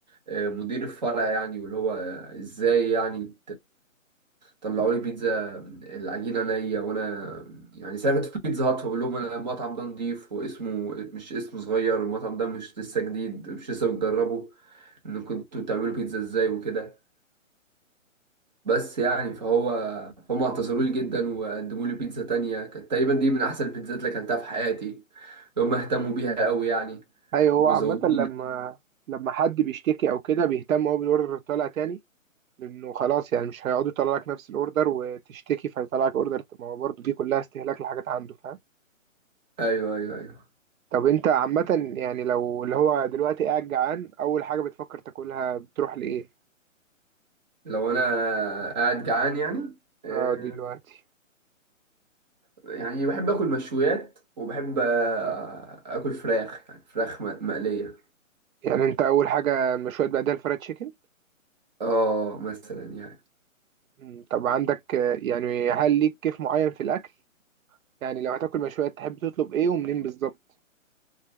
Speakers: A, on the right (about 35°); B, on the right (about 80°).
A: آه، مدير الفرع يعني واللي هو آه، ازاي يعني طلعوا لي بيتزا العجينه نيه وانا يعني سافرت في بيتزا هات بقول لهم أنا المطعم ده نضيف واسمه مش اسمه صغير والمطعم ده مش لسه جديد مش لسه بتجربه ان كنتوا بتعملوا بيتزا ازاي وكده بس يعني فهو فهم اعتذروا لي جدا وقدموا لي بيتزا تانية كانت تقريبا دي من احسن البيتزات اللي اكلتها في حياتي هم اهتموا بيها قوي يعني
B: ايوه هو
A: وزودوني
B: عامة لما لما حد بيشتكي او كده بيهتم هو بالاوردر طالع تاني لانه خلاص يعني مش هيقعدوا يطلع لك نفس الاوردر وتشتكي فيطلع لك اوردر ما هو برضه دي كلها استهلاك لحاجات عنده فاهم
A: ايوه ايوه ايوه
B: طب انت عامة يعني لو اللي هو دلوقتي قاعد جعان اول حاجة بتفكر تاكلها بتروح لايه
A: لو انا قاعد جعان يعني آه،
B: اه دلوقتي
A: يعني بحب اكل مشويات وبحب آه، اكل فراخ يعني فراخ م- مقليه
B: يعني انت اول حاجه مشويات بعدها الفرايد تشيكن
A: اه مثلا يعني
B: مم، طب عندك آه، يعني هل ليك كيف معين في الاكل يعني لو هتاكل مشويات تحب تطلب ايه ومنين بالظبط